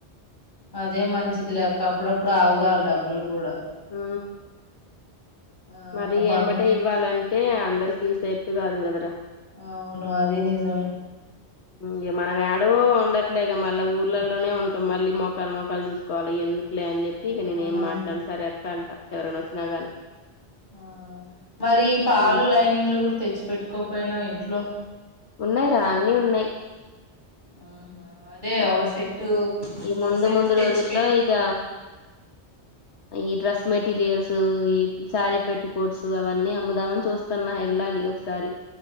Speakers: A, on the left; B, on the left.
A: అదే మంచిది లేక అప్పుడప్పుడు ఆవ్గాల్ డబ్బులు కూడా
B: ఆ
A: ఆ
B: మరి
A: కొం
B: ఎంబటె ఇవ్వాలంటే అందరికి సే గాదు గదరా
A: ఆ ఔను అదీ నిజమే
B: ఇగ మనం ఏడో ఉండట్లేగా మళ్ళా ఊర్లలోనే ఉంటాం మళ్ళీ మొకాల్ మొకాల్ చూసుకోవాలి ఎందుక్ లే అని చెప్పి
A: ఆ
B: ఇగ నేన్ ఏం మాట్లాన్ సరే కంట ఎవరైన్ ఒచ్చినా గాని
A: ఆ మరి పాలు
B: ఉమ్
A: లైనింగ్లు కూడా తెచ్చు పెట్టుకోపోయినా ఇంట్లో
B: ఉన్నాయిరా అన్నీ ఉన్నాయి
A: ఊహు అదే
B: ఆ
A: ఒక సెట్టు
B: ఈ ముందు
A: ఒక సెట్టు
B: ముందు
A: తెచ్చి
B: రోజుల్లో
A: పెట్టి
B: ఇక ఈ డ్రెస్ మెటీరియల్స్ ఈ శారీ పెట్టుకోట్స్ అవన్నీ అమ్ముదామని చూస్తున్నా వెళ్ళాలి ఒకసారి